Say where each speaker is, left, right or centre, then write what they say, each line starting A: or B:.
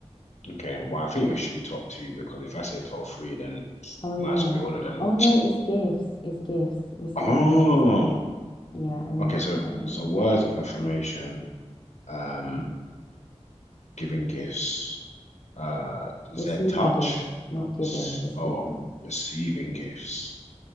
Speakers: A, on the left; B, on the left.
A: Okay, well, I think it should be top two because if I say top three, then
B: Oh yeah.
A: might as well be all of them.
B: Oh no, it's gifts. It's gifts. Receiving
A: Oh.
B: gifts. Yeah, I knew
A: Okay,
B: it.
A: so
B: I knew
A: so
B: that's
A: words
B: five.
A: of affirmation, um, giving gifts, uh, is
B: Receiving
A: there touch?
B: gifts, not giving,
A: It's
B: receiving.
A: oh, receiving gifts.